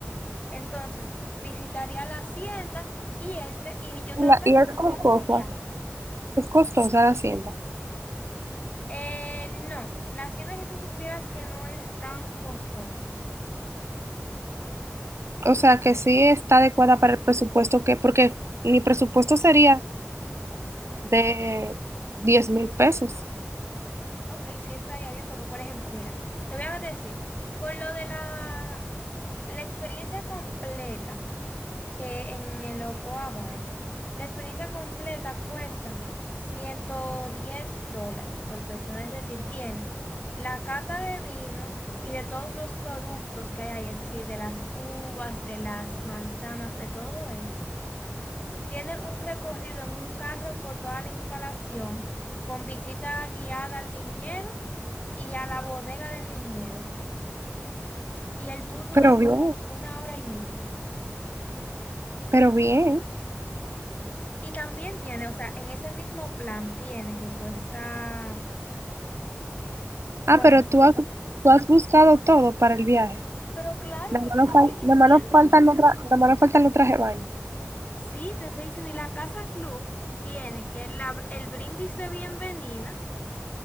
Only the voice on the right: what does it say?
La-
y es costosa,
es costosa la hacienda.
O sea que sí está adecuada para el presupuesto que, porque mi presupuesto sería de diez mil pesos.
Pero
bien,
pero bien.
Ah,
pero tú
has, tú has buscado todo para el viaje.
Nada
más
nos
fal-
nada más nos faltan los tra- nada más nos faltan los trajes de baño.